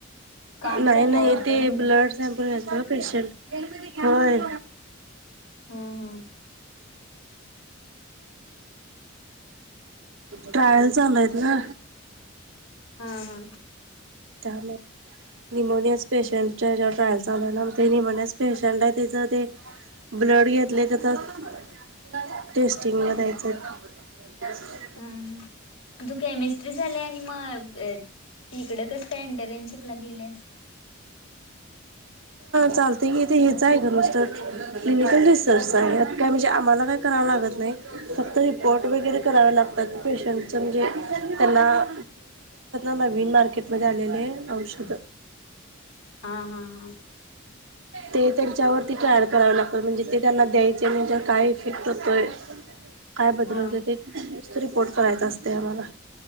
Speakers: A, on the left; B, on the right.
A: काम
B: नाही
A: चाललंय
B: नाही
A: वाटतं
B: ते
A: म्हणलं
B: ब्लड सॅम्पल घय पेशंट होय.
A: हम्म हम्म
B: ट्रायल चालूयत ना.
A: हा हा.
B: त्यामुळे. निमोनियास पेशंटच्या जेव्हा ट्रायल चाला ना ते निमोनियास पेशंट आहे त्याचं ते ब्लड घेतले तर तर टेस्टिंग व द्यायचं. स्
A: हम्म तू केमिस्ट्री झाली आणि मग त कस इंटर्नशिपला गेलास.
B: चालते की इथे हेचं आहे का नुसत क्लिनिकल रिसर्च यात काय म्हणजे आम्हाला काय करावं लागत नाही. फक्त रिपोर्ट वैगरे करायला लागतात पेशंटचे, म्हणजे त्याला नवीन मार्केट मध्ये आलेले औषध
A: हा हा हा
B: ते त्यांच्यावरती अॅड करावे लागत म्हणजे ते त्यांना द्यायचे म्ह काय इफेक्ट होतोय. काय बदलवतात
A: हा
B: ते. रिपोर्ट करायचा असते आम्हाला